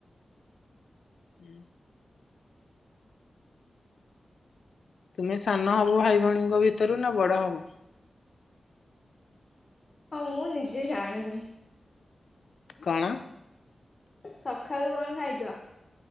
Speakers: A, on the left; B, on the left.
A: ହୁଁ। ତୁମେ ସାନ ହବ ଭାଇ ଭଉଣୀଙ୍କ ଭିତରୁ ନା ବଡ ହବ?
B: ମୁଁ ନିଜେ ଜାଣିନି।
A: କଣ?
B: ସଖାଳୁ କଣ ଖାଇଚ?